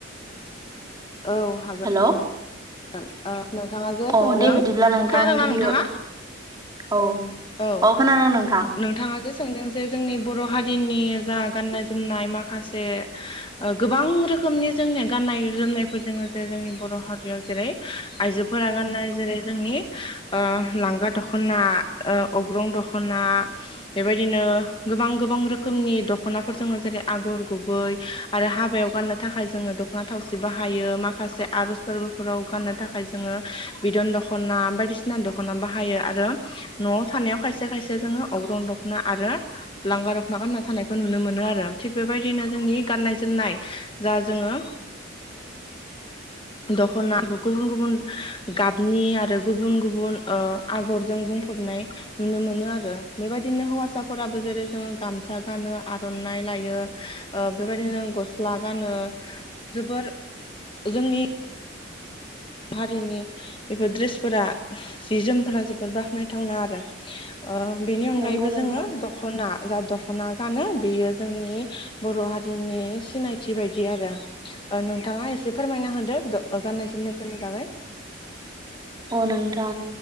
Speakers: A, on the left; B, on the right.
A: औ हागोन।
B: हेल'
A: हागोन। अह नोंथाङा जे
B: अ
A: सोंदों
B: दे बिदिब्ला नोंथां
A: खोनादोंना
B: गिबियाव
A: नोंथाङा?
B: औ
A: औ
B: खोनादों नोंथां
A: नोंथाङा जे सोंदों जे जोंनि बर' हारिनि जा गाननाय जोमनाय माखासे ओ गोबां रोखोमनि जोंनि गाननाय जोमनायफोरजों जोङो जे जोंनि बर' हारियाव जेरै आइजोफोरा गाननाय जेरै जोंनि ओ लांगा दखना ओ अग्रं दख'ना बेबायदिनो गोबां गोबां रोखोमनि दख'नाफोर जोङो जेरै आगर गुबै आरो हाबायाव गाननो थाखाय जोङो दख'ना थावसि बाहायो माखासे आर'ज फोरबोफोराव गाननो थाखाय जोङो बिदन दख'ना बायदिसिना दख'ना बाहायो आरो न'आव थानायाव खायसे खायसे जोङो अग्रं दखना आरो लांगा दखना गानना थानायखौ नुनो मोनोआरो थिग बेबायदिनो जोंनि गान्नाय जोमनाय जा जोङो दखना गुबुन गुबुन गाबनि आरो गुबुन गुबुन ओ आगरजों बुंफबनाय नुनो मोनो आरो बेबायदिनो हौवासाफोराबो जेरै जोङो गामसा गानो आर'नाइ लायो ओ बेबायदिनो गस ला गानो जोबोर जोंनि हारिनि बेफोर द्रेसफोरा जि जोमफोरा जोबोद बाखनायथावना आरो। ओ बेनि अनगायैबो
B: नंगौ नोंथां
A: जोङो दख'ना जा दख'ना गानो बेयो जोंनि बर' हारिनि सिनायथि बायदि आरो ओ नोंथाङा एसे फोरमायना होदो दो गाननाय जो जोमनाय फोरनि बागै।
B: औ नों थां